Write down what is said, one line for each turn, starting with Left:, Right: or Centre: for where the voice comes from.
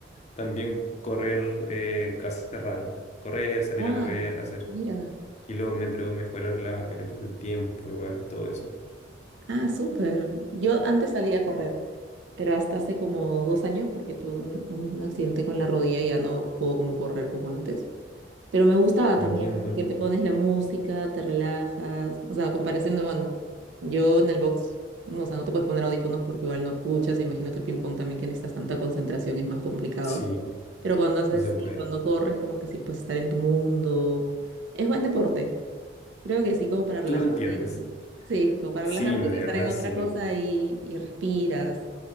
Left: también correr, eh, hacer running, correr, salir
Right: Ah,
Left: a correr, hacer
Right: mira.
Left: kilómetros, mejorar la, el tiempo, igual, todo eso.
Right: Ah, súper. Yo antes salía a correr, pero hasta hace como dos años porque tuve un, un accidente con la rodilla y ya no puedo como correr como antes. Pero me gustaba
Left: Entiendo.
Right: también porque te pones la música, te relajas. O sea, a comparación de, bueno, yo en el box, no, o sea, no te puedes poner audífonos porque igual no escuchas. Imagino que el ping-pong también que necesitas tanta concentración es más complicado.
Left: Sí.
Right: Pero cuando haces,
Left: No se puede.
Right: cuando corres, como que sí puedes estar en tu mundo. Es buen deporte. Creo que sí, como para relajarte.
Left: Tú lo entiendes.
Right: y- sí, como para
Left: Sí,
Right: relajarte,
Left: de
Right: estar
Left: verdad,
Right: en otra
Left: sí.
Right: cosa y, y respiras.